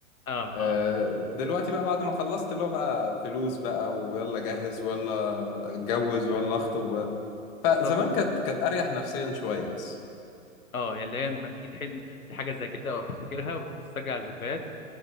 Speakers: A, on the left; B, on the left.
A: اه
B: آه،
A: اه
B: دلوقتي بقى بعد ما خلصت اللي هو بقى فلوس بقى ويلا جهز ويلا اتجوز ويلا اخطب فزمان
A: بالظبط و-
B: كانت كانت اريح نفسيا شويه بس
A: اه يعني اللي هي لما تيجي تحن لحاجة زي كده او تفتكرها وتسترجع الذكريات